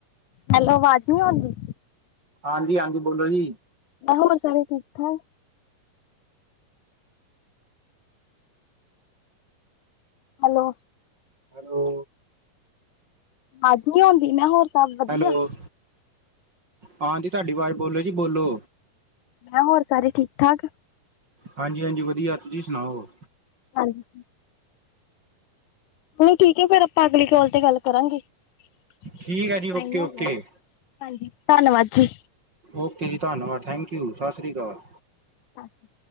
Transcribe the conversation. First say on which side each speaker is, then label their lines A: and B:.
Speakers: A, on the left; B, on the right.
A: ਹੈਲੋ ਆਵਾਜ਼ ਨੀ ਆਂਦੀ?
B: ਆਦੀ-ਆਦੀ, ਬੋਲੋ ਜੀ।
A: ਬੈਂਸ, ਹੋਰ ਸਾਰੇ ਠੀਕ-ਠਾਕ? ਹੈਲੋ
B: ਹੈਲੋ
A: ਆਵਾਜ਼ ਨਹੀਂ ਆਉਂਦੀ। ਮੈਂ ਹੋਰ ਸਭ ਵਧੀਆ
B: ਹੈਲੋ। ਆਦੀ ਤੁਹਾਡੀ ਆਵਾਜ਼ ਬੋਲ ਜੀ ਬੋਲੋ।
A: ਮੈਂ ਹੋਰ ਸਾਰੇ ਠੀਕ-ਠਾਕ
B: ਹਾਂਜੀ ਹਾਂਜੀ ਵਧੀਆ। ਤੁਸੀਂ ਸੁਣਾਓ।
A: ਹਾਂਜੀ। ਚਲੋ ਠੀਕ ਏ ਫੇਰ, ਆਪਾਂ ਅਗਲੀ ਕੋਲ ਤੇ ਗੱਲ ਕਰਾਂਗੇ। ਟਾਈਮ
B: ਠੀਕ ਹੈ ਜੀ ਓਕੇ
A: ਹੋ
B: ਓਕੇ
A: ਗੇਆ ਸੀ, ਹਾਂਜੀ ਧੰਨਵਾਦ ਜੀ।
B: ਓਕੇ ਜੀ। ਧੰਨਵਾਦ, ਠੈਂਕ ਯੂ, ਸਾਸੀ੍ਕਾਲ।
A: ਅੱਛਾ। <unintelligible>